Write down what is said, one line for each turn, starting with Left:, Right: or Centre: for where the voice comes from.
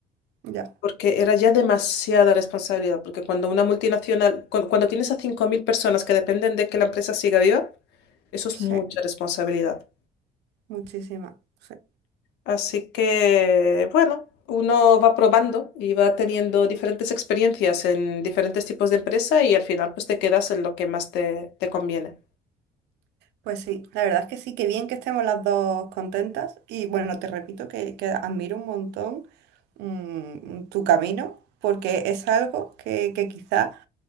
Right: Ya,
Left: Porque era ya demasiada responsabilidad, porque cuando una multinacional, cuando, cuando tienes a 5.000 personas que dependen de que la empresa siga viva, Eso es
Right: sí,
Left: mucha responsabilidad.
Right: muchísima. sí.
Left: Así que, bueno, uno va probando y va teniendo diferentes experiencias en diferentes tipos de empresa y al final pues te quedas en lo que más te, te conviene.
Right: Pues sí, la verdad es que sí, que bien que estemos las dos contentas y bueno, te repito que, que admiro un montón mm, tu camino porque es algo que, que quizá